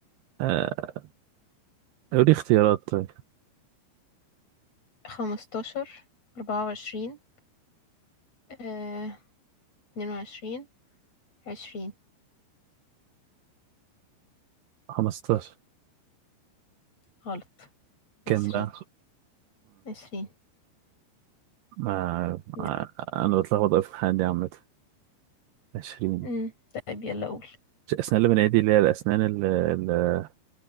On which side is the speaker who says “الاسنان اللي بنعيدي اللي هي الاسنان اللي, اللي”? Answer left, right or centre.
Right